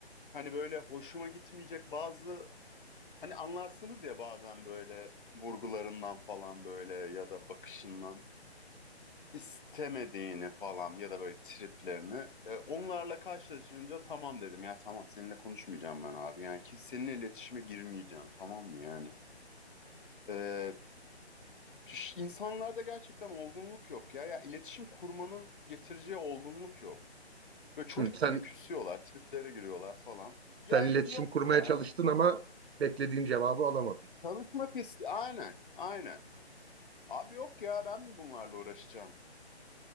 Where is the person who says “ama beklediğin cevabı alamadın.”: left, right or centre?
Right